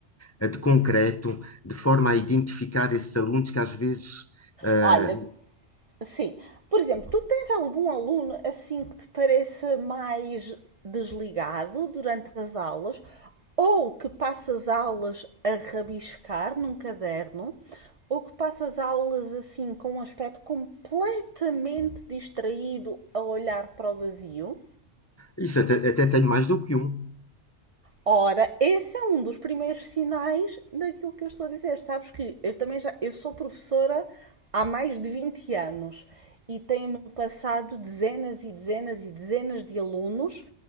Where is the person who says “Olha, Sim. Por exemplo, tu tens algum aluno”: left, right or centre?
Right